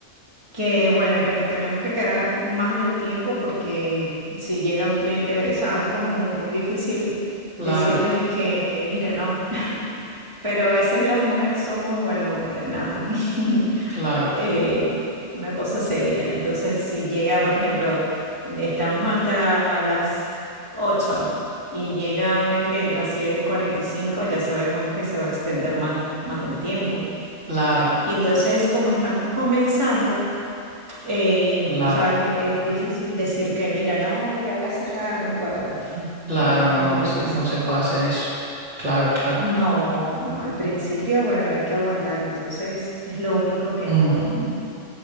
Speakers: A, on the right; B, on the right.
A: Que bueno, que nos tenemos que quedar más del tiempo porque si llega un cliente, sabes, es como muy, muy difícil
B: Claro,
A: decirles que, eh, mira, no. <laughs> Pero a veces las mujeres somos, bueno, eh, nada, <laughs>
B: claro,
A: eh, una cosa seria. Entonces, si llega, por ejemplo, estamos hasta las 8 y llega una cliente a las siete y cuarenta y cinco ya sabemos que se va a extender más, más del tiempo.
B: claro,
A: Y entonces, como estamos comenzando, eh,
B: claro,
A: sabes, es, es difícil decir que, mira, no, ya voy a cerrar, no puedo. <laughs>
B: claro,
A: Es,
B: no,
A: es muy
B: no
A: difícil.
B: se, no se puede hacer eso. Claro, claro.
A: No, no, al principio, bueno, hay que aguantar, entonces es lo único que
B: Ujú.
A: no,